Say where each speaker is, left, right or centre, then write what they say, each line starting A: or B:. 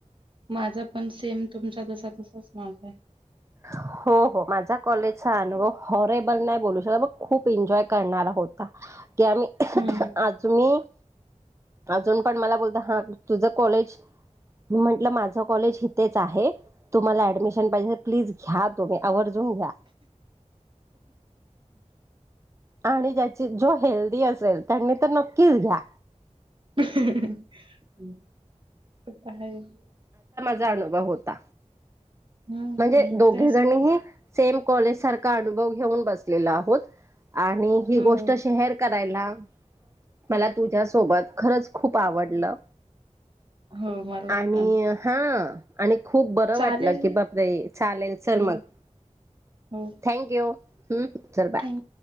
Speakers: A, on the right (about 45°); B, on the right (about 25°).
A: माझा पण सेमऽ तुमचा तसा तसाच माजाय.
B: हो हो, हो, माझा कॉलेजचा अनुभव हॉऽरेबल नाय बोलू शकत अग जग खूप एन्जॉय करणारा होता. क आमी,,
A: हं.
B: आज मी अजून पण मला बोलत हां,, तुझं कॉलेज, म्हटलं माझं कॉलेज इथेच आहे,, तुम्हाला ऍडमिशन पाहिऽऽ प्लीज घ्या तुम्ही, आवर्जून घ्या. आणि ज्याची, जो हेल्दी असेल त्यांनी तर नक्कीच घ्या.
A: हमम, यहां हायच
B: जाणोभा होता.
A: हं,
B: म्हणजे
A: हं.
B: दोघे
A: तेच.
B: जणी ही, सेम कॉलेज सारखा अनुभव घेऊन बसलेलो आहोत. आणिऽऽ ही
A: हो.
B: गोष्ट शेहेर करऽऽ ला, मला तुझ्यासोबत खरच खूप आवडलं,
A: हो मला
B: आणि
A: पण
B: हाऽऽ आणि खूप बरं
A: चालेल
B: वाटलं की बाऽऽ ये, चालेल,, चल
A: हो
B: मग,,
A: हो
B: थँक यू,, ह च,, ल बाय.
A: थँक्यू